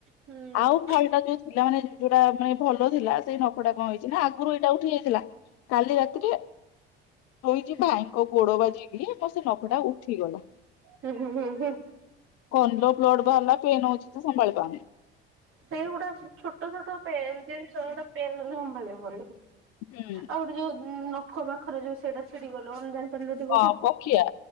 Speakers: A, on the right; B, on the left.
A: ହୁଁ।
B: ଆଉ ଫାଳଟା ଯୋଉ ଥିଲା ମାନେ ଯୋଉଟା ମାନେ ଭଲ ଥିଲା ସେଇ ନଖଟା କଣ ହେଇଚିନା ଆଗରୁ ଏଇଟା ଉଠି ଯାଇଥିଲା କାଲି ରାତିରେ ଶୋଇଚି ଭାଇଙ୍କ ଗୋଡ଼ ବାଜିକି ମୋର ସେନଖଟା ଉଠିଗଲା।
A: ହୁଁ ହୁଁ ହୁଁ ହୁଁ।
B: କନ ଲୋପ ବ୍ଲଡ଼ ବାହାରିଲା ପେନ୍ ହୋଉଚିତ ସମ୍ଭାଳି ପାରୁନି।
A: ସେଇଗୁଡ଼ା ଛୋଟ ଛୋଟ ପେନ୍ ଜିନିଷ ଗୋଟେ ପେନ୍ ହେଲେ ସମ୍ଭାଳି ହବନି। ଆଉ
B: ହୁଁ
A: ଗୋଟେ ଯୋଉ ନଖ ପାଖରେ ଯୋଉ ସେଇଟା ଛିଡି ଗଲେ କଣେ ଜାଣିପାରିଲ ଟିକେ କୋଉଟା।
B: ହଁ ପକ୍ଷିଆ